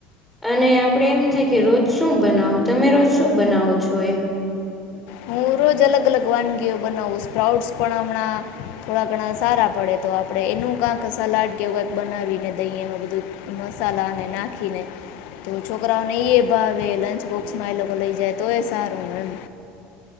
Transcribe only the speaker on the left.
હું રોજ અલગ અલગ વાનગીઓ બનાવું. સ્પ્રાઉટ્સ પણ હમણાં થોડા ઘણા સારા પડે તો આપડણે એનું કક સલાડ કે એવું કંઈક બનાવીને દહીમાં બધું મસાલાને નાખીને તો છોકરાઓને એ ભાવે લંચ બોક્સમાં એ લોકો લઈ જાય તો એ સારું એમ.